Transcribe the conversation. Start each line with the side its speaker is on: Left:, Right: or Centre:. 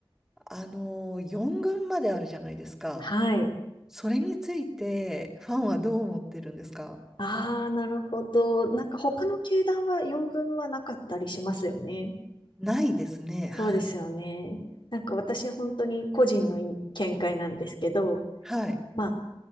Centre: あの、4軍まであるじゃないですか。
Left: はい。
Centre: それについて、ファンはどう思ってるんですか
Left: ああ、なるほど。なんか他の球団は4軍はなかったりしますよね。
Centre: ないですね。はい。
Left: そうですよね。なんか私本当に個人の見解なんですけど、
Centre: はい。
Left: まあ